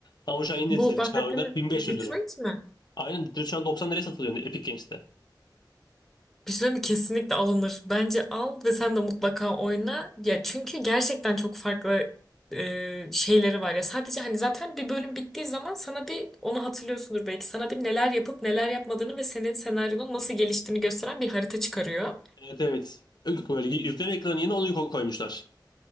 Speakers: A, on the left; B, in the centre.
A: Ama şu an yeni
B: bu
A: nesil
B: bahsettiğimiz
A: çıkan oyunlar 1500
B: Detroit
A: lira.
B: mi?
A: Aynen direkt şu an 90 liraya satılıyor Epic Games'te.
B: Bir şey söyleyeyim mi? Kesinlikle alınır. Bence al ve sen de mutlaka oyna. Ya çünkü gerçekten çok farklı e, şeyleri var. Ya sadece hani zaten bir bölüm bittiği zaman sana bir onu hatırlıyorsundur belki. Sana bir neler yapıp neler yapmadığını ve senin senaryonun nasıl geliştiğini gösteren bir harita çıkarıyor.
A: Evet evet. Böyle yükleme ekranı yeni onu ko- koymuşlar.